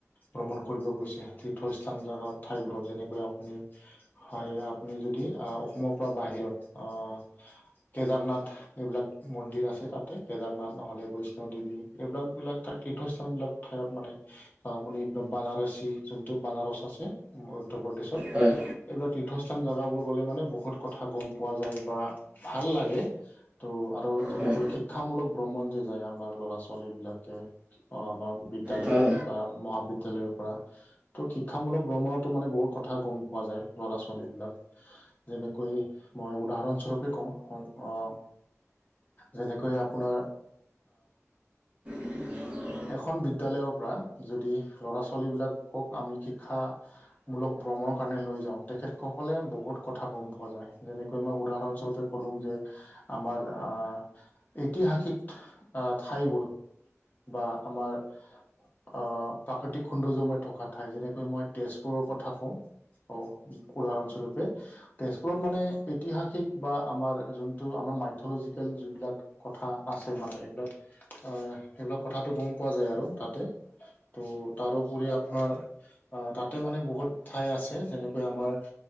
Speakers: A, on the left; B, on the right.
A: ভ্ৰমণ কৰিব গৈছে তীৰ্থস্থান জা ঠাইবোৰত। যেনেকৈ আপুনি হয় আপুনি যদি অসমৰ পৰা বাহিৰত আহ কেদাৰনাথ এইবিলাক মন্দিৰ আছে তাতে কেদাৰনাথ নহ'লে বৈষ্ণ দেৱী এইবিলাক বিলাক তাৰ তীৰ্থস্থান বিলাক ঠাইত মানে আপুনি বানাৰসী যোনটো বানাৰস আছে উধৰ প্ৰদেশত।
B: হয়,
A: এইবিলাক তীৰ্থস্থান জেগাবোৰ গ'লে মানে বহুত কথা গম পোৱা যায় বা ভাল লাগে। ত' আৰু যেনেকৈ
B: হয়, হয়, হয়, হয়, হয়, হয়, হয়,
A: শিক্ষামূলক ভ্ৰমণ যে যায় আমাৰ ল'ৰা ছোৱালী বিলাকে। অ', আমাৰ বিদ্য়ালয়
B: হয়,
A: বা মহাবিদ্য়ালয়ৰ পৰা। ত' শিক্ষামূলক ভ্ৰমণতো মানে বহুত কথা গম পোৱা যায় ল'ৰা ছোৱালী বিলাক। যেনেকৈ মই উদাহৰণস্বৰূপে কওঁ আহ যেনেকৈ আপোনাৰ
B: <inaudible>
A: এখন বিদ্যয়ালয়ৰ পৰা যদি ল'ৰা ছোৱালী বিলাকক আমি শিক্ষা মূলক ভ্ৰমণৰ কাৰণে লৈ যাওঁ তেখেতসকলে বহুত কথা গম পোৱা যায় যেনেকৈ মই উদাহৰণস্বৰূপে কলো যে আমাৰ আহ ঐতিহাসিক আহ ঠাইবোৰ। বা আমাৰ অ', প্ৰাকৃতিক সৌন্দৰ্যময় থকা ঠাই যেনেকৈ মই তেজপুৰ পৰ কথা কওঁ অ', উদাহৰণস্বৰূপে। তেজপুৰত মানে ঐতিহাসিক বা আমাৰ যোনটো আমাৰ মাইথলজিকেল যিবিলাক কথা আছে মানে এইবিলাক আহ এইবিলাক কথাাতটো গম পোৱা যায় আৰু তাতে। ত' তাৰোপৰি আপোনাৰ আহ তাতে মানে বহুত ঠাই আছে যেনেকৈ আমাৰ